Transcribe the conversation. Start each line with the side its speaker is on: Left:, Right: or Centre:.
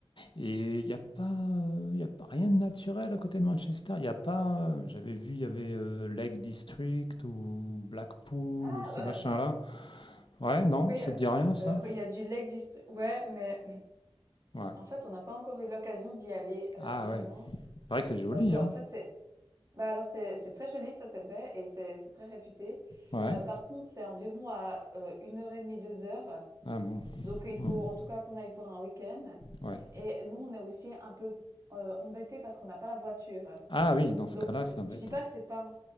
Left: Et il n'y a pas, euh, il y a pas rien de naturel à côté de Manchester. Il y a pas, euh, j'avais vu, il y avait euh, Lake District ou Blackpool,
Right: Ah
Left: euh, ces
Right: bah
Left: machins-là. Ouais, non,
Right: oui.
Left: ça
Right: a-
Left: te dit rien,
Right: a-
Left: ça?
Right: Alors il y a du Lake District. Ouais, mais
Left: Ouais.
Right: en fait, on n'a pas encore eu l'occasion d'y aller euh,
Left: Ah
Right: vraiment,
Left: ouais. Il paraît que c'est joli,
Right: parce que
Left: hein?
Right: en fait, c'est Bah alors c'est c'est très joli, ça c'est vrai et c'est c'est très réputé.
Left: Ouais.
Right: Heu, par contre, c'est environ à, euh, une heure et demie deux heures
Left: Ah bon.
Right: donc il faut
Left: Hmm.
Right: en tout cas qu'on aille pour un week-end
Left: Ouais.
Right: et nous on est aussi un peu, heu, embêtés parce qu'on n'a pas la voiture.
Left: Ah oui, dans ce
Right: Donc,
Left: cas-là, c'est
Right: heu,
Left: embêtant.
Right: je dis pas que c'est pas